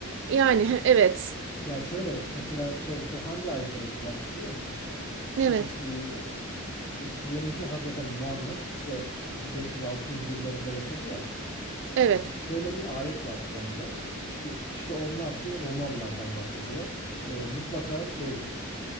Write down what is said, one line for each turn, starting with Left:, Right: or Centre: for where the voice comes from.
Right: yani <laughs> evet.
Left: Ya şöyle mesela şey o hangi ayetten etkilenmiş biliyor musun? Şimdi
Right: Evet.
Left: bir, diyelim ki Hazreti Muhammed işte 500-600 yıllarında yaşadı ya.
Right: Evet.
Left: Şimdi şöyle bir ayet var Kur'an'da. İşte işte onlar ki Romalılardan bahsediyor. Ee, mutlaka şeydir.